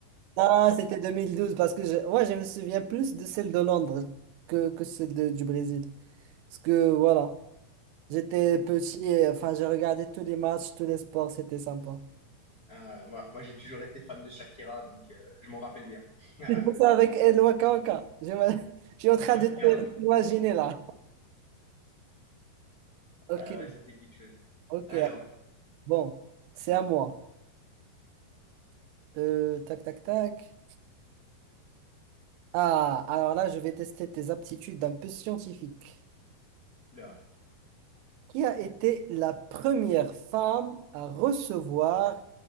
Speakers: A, on the right; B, on the left.
A: Ah, c'était deux mille douze parce que je... ouais, je me souviens plus de celle de Londres que, que celle de- du Brésil. Parce que voilà, j'étais petit, et, enfin, j'ai regardé tous les matchs, tous les sports, c'était sympa.
B: Euh, moi, moi, j'ai toujours été fan de Shakira, donc euh, je m'en rappelle bien. <laughs>
A: C'est pour ça avec El Waka Waka. Je, me- <laughs> je suis en train
B: Waka.
A: de te- de t'imaginer là. Ok,
B: Ah ouais, c'était quelque chose.
A: ok.
B: Alors,
A: Bon, c'est à moi. Euh, tac, tac, tac. Ah, alors là, je vais tester tes aptitudes un peu scientifiques.
B: oula,
A: Qui a été la première femme à recevoir